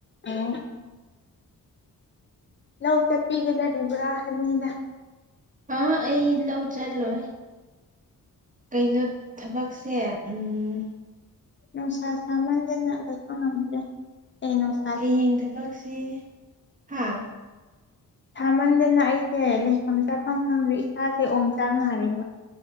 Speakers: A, on the left; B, on the right.
A: ꯑꯣ ꯂꯧ ꯆꯠꯄꯤꯒꯗꯧꯔꯤꯕ꯭ꯔꯥ ꯍꯥꯏꯕꯅꯤꯗ꯫
B: ꯑꯥ ꯑꯩ ꯂꯧ ꯆꯠꯂꯣꯏ꯫ ꯀꯩꯅꯣ ꯊꯕꯛꯁꯦ ꯎꯝ___
A: ꯅꯨꯡꯁꯥ ꯁꯥꯃꯟꯗꯅ ꯂꯩꯕ ꯉꯝꯗ꯭ꯔꯦ ꯏꯅꯨꯡꯁ__
B: ꯍꯌꯦꯡ ꯊꯕꯛꯁꯦ ꯍꯥ__
A: ꯁꯥꯃꯟꯗꯅ ꯑꯩꯁꯦ ꯂꯩꯐꯝ ꯆꯥꯐꯝ ꯈꯪꯗ꯭ꯔꯦ ꯏꯁꯥꯁꯦ ꯑꯣꯝꯆꯥꯛ ꯅꯥꯔꯦꯕ꯫